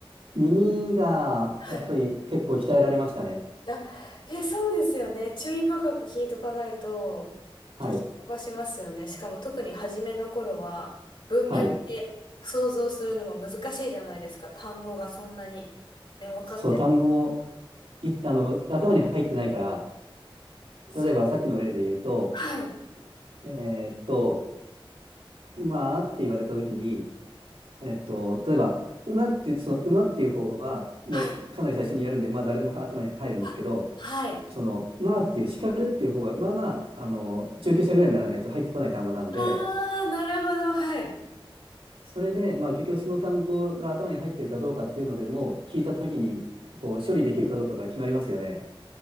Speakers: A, on the right; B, on the left.
A: 耳がやっぱり結構鍛えられましたね。
B: はい。あ、<laughs> え、そうですよね。注意深く聞いとかないと、
A: はい。
B: 聞き逃しますよね。しかも特に初めの頃は、文脈で想像するのも難しいじゃないですか。
A: はい。
B: 単語がそんなに、ね、分かってない。
A: そう、単語もい、あの、頭に入ってないから、
B: そう。
A: 例えばさっきの例で言うと、
B: はい。
A: えーっと、まあって言われた時に、えーっと、例えば、馬って、その馬っていう方は、もうかなり最初にやるんで、
B: はい。
A: まあ誰でも頭に入るんですけど、
B: あ、はい。
A: その、まあっていう、叱るっていう方が、まあまあ、あの、中級者ぐらいにならないと入ってこない単語なので、
B: あー、なるほど。はい。
A: それで、まあ結局その単語が頭に入ってるかどうかっていうのでも、聞いたときに、こう、処理できるかどうかが決まりますよね。